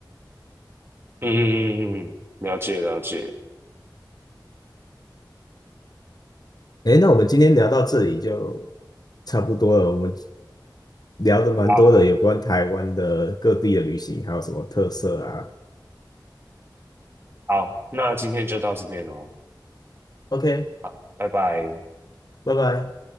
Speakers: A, on the right; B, on the left.
A: 嗯嗯嗯嗯，嗯了解了解。
B: 诶，那我们今天聊到这里就差不多了。我们聊的蛮多的，
A: 好，
B: 有关台湾的各地的旅行，还有什么特色啊
A: 好，那今天就到这边喽。
B: ？OK，
A: 好，拜拜。
B: 拜拜。